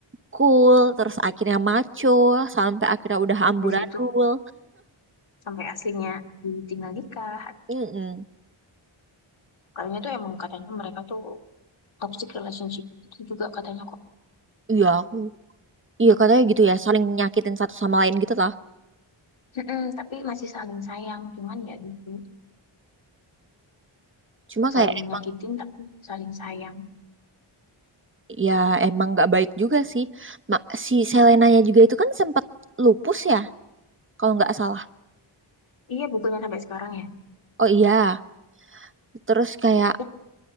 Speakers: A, on the right; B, on the left.
A: cool, terus akhirnya maco, sampai akhirnya udah amburadul.
B: dari situ sampai aslinya ditinggal nikah
A: Mm-mm.
B: Kayaknya tuh emang katanya mereka tuh toxic relationship itu juga katanya aku
A: Iya aku, iya katanya gitu ya, saling nyakitin satu sama lain gitu lah.
B: Mm-mm, tapi masih saling sayang, cuman ya gitu,
A: Cuma
B: saling
A: kayak emang
B: nyakitin tapi saling sayang.
A: ya emang nggak baik juga sih. Ma- si Selenanya juga itu kan sempat lupus ya, kalau nggak salah.
B: Iya, bukunya sampai sekarang ya.
A: Oh iya, terus kayak
B: Eh,